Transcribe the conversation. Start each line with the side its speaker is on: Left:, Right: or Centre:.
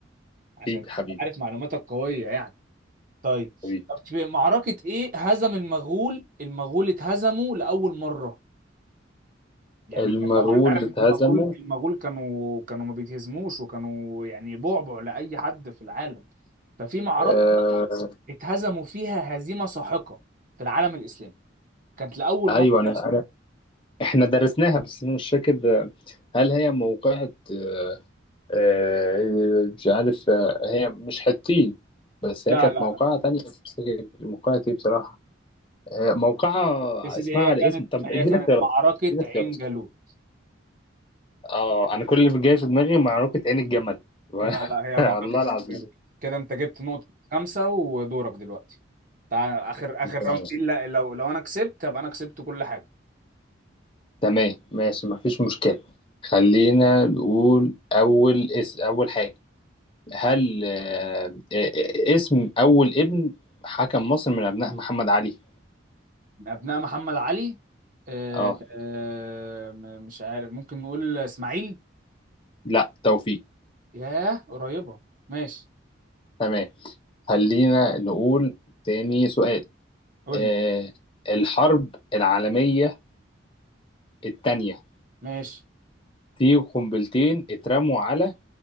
Right: عشان
Left: حبيبي
Right: أنت
Left: حبيبي
Right: عارف معلوماتك قوية يعني طيب
Left: حبيبي
Right: طب في معركة ايه هزم المغول المغول اتهزموا لأول مرة يعني
Left: المغول
Right: كان طبعا انت عارف
Left: اللي
Right: ان
Left: اتهزموا
Right: المغول المغول كانوا كانوا ما بيتهزموش وكانوا يعني بعبع لاي حد في العالم ففي معركه
Left: آه
Right: بقى اتهزموا فيها هزيمه ساحقه في العالم الاسلامي كانت لاول
Left: ايوه
Right: مره
Left: انا
Right: تحصل
Left: انا احنا درسناها بس انا مش فاكر آه، هل هي موقعة آه آه، مش عارف آه هي مش حطين بس
Right: لا
Left: هي كانت
Right: لا
Left: موقعة
Right: لا
Left: تانية بس مش فاكر موقعة ايه بصراحة هي موقعة
Right: يا سيدي
Left: اسمها
Right: هي
Left: على
Right: كانت
Left: اسم طب
Right: هي
Left: اديني
Right: كانت
Left: اختيارات
Right: معركه
Left: اديني
Right: عين
Left: اختيارات
Right: جالوت
Left: اه انا كل اللي جاي في دماغي معركة عين الجمل <laughs>
Right: لا لا هي
Left: والله
Right: معركه عين
Left: العظيم
Right: جالوت كده انت جبت نقطه خمسه ودورك دلوقتي تعال اخر اخر
Left: تمام
Right: راوند دي لا- لو لو انا كسبت ابقى انا كسبت كل حاجه
Left: تمام ماشي مفيش مشكلة خلينا نقول أول اسم أول حاجة هل آه، آه، اسم أول ابن حكم مصر من أبناء محمد علي؟
Right: من ابناء محمد علي آه،
Left: اه
Right: آه، م- مش عارف ممكن نقول اسماعيل
Left: لا توفيق
Right: ياه قريبه ماشي
Left: تمام خلينا نقول تاني سؤال
Right: قول
Left: آه،
Right: لي
Left: الحرب العالمية التانية
Right: ماشي
Left: في قنبلتين اترموا على